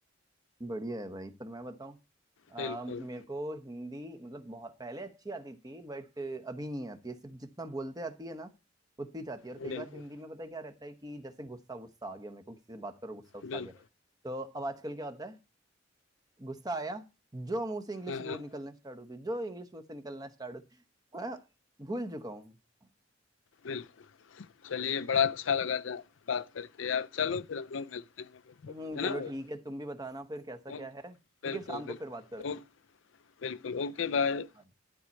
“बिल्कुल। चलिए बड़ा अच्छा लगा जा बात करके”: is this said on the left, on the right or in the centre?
Left